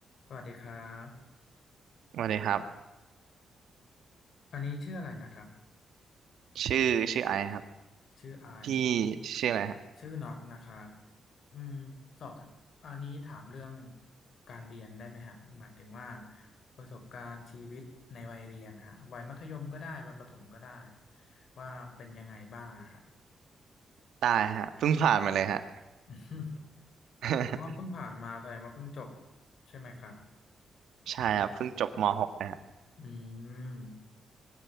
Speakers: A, on the left; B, on the right.
A: สวัสดีครับ
B: สวัสดีครับ
A: อันนี้ชื่ออะไรนะครับ
B: ชื่อชื่อไอซ์ครับ
A: ชื่อไอซ์
B: พี่ชื่ออะไรฮะ
A: ชื่อน็อตนะครับอืมสอบอันนี้ถามเรื่องการเรียนได้ไหมฮะหมายถึงว่าประสบการณ์ชีวิตในวัยเรียนฮะวัยมัธยมก็ได้วัยประถมก็ได้ว่าเป็นยังไงบ้างอะครับ
B: ได้ฮะเพิ่งผ่านมาเลยฮะ
A: <laughs>
B: <laughs>
A: เพราะว่าเพิ่งผ่านมาแสดงว่าเพิ่งจบใช่ไหมครับ
B: ใช่ครับเพิ่งจบม .6 นะฮะ
A: อืม